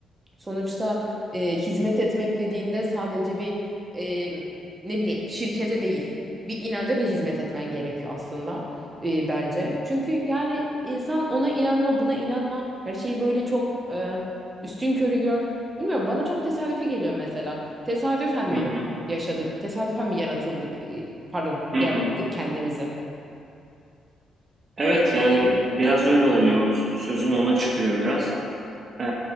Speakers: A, on the right; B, on the right.
A: Sonuçta e, hizmet etmek dediğinde sadece bir e, ne bileyim şirkete değil bir inanca da hizmet etmen gerekiyor aslında e, bence. Çünkü yani insan ona inanma buna inanma her şeyi böyle çok e, üstün körü gör. Bilmiyorum bana çok tesadüfi geliyor mesela. Tesadüfen mi
B: Hı hı,
A: yaşadık? Tesadüfen mi yaratıldık? E, pardon
B: hı
A: yarattık
B: hı.
A: kendimizi.
B: Evet yani biraz öyle oluyor. S- Sözün ona çıkıyor biraz. Ee,